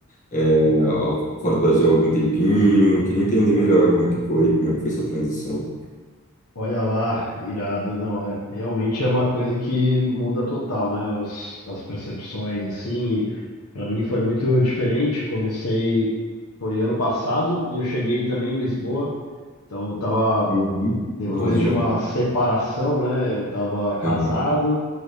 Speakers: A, on the left; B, on the left.
A: é, fora do Brasil há algum tempinho. Eu queria entender melhor como é que foi, como é que foi essa transição.
B: Olha lá, irado. Não, é realmente é uma coisa que muda total, né? Os- as percepções, assim. E Pra mim foi muito diferente. Comecei, foi ano passado e eu cheguei também em Lisboa. Então eu tava,
A: Uhum.
B: depois
A: Ah, legal.
B: de uma separação, né? Eu tava casado,
A: Uhum.